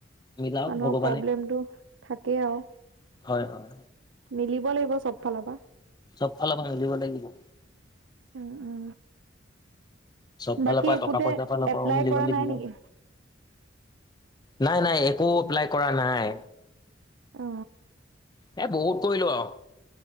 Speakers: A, on the left; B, on the right.
A: মিলাও
B: মানুহৰ
A: ভগৱানে
B: প্ৰব্লেমটো থাকেই আৰু
A: হয় হয়
B: মিলিব লাগিব চব ফালৰ পৰা
A: চব ফালৰ পৰা মিলিব লাগিব
B: উ
A: চব ফালৰ
B: বাকী
A: পৰা
B: একোতে
A: টকা পইচা ফালৰ পৰাও
B: এপ্লাই
A: মিলিব
B: কৰা
A: লাগিব
B: নাই নেকি
A: নাই নাই একো এপ্লাই কৰা নাই
B: অ
A: এ বহুত কৰিলো আৰু